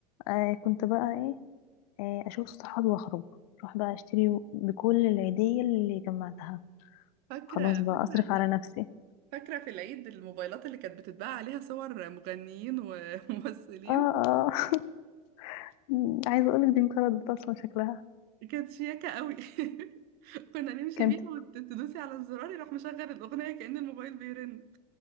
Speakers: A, on the left; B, on the right.
A: آه كنت بقى ايه آه اشوف صحابي واخرج اروح بقى اشتري بكل العيديه اللي جمعتها
B: فاكره
A: خلاص بقى
B: فاكره
A: اصرف على نفسي
B: فاكره في العيد الموبايلات اللي كانت بتتباع عليها صور مغنيين وممثلين
A: اه اه <laughs> عايزه اقولك دي انقرضت اصلا شكلها
B: كانت شياكه قوي <laughs> كنا نمشي
A: كانت
B: بيها وتدوسي على الزرار يروح مشغل الاغنيه كأن الموبايل بيرن